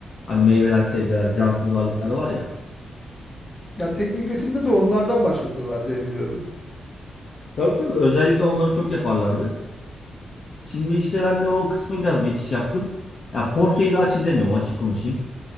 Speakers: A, on the left; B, on the left.
A: Hani meyveler, sebzeler, cansız varlıklar var ya.
B: ya teknik resimde de onlardan başlatıyorlar diye biliyorum.
A: Tabii tabii özellikle onları çok yaparlardı. Şimdi işte ben de o kısma biraz geçiş yaptım. Ya portreyi daha çizemiyorum açık konuşayım.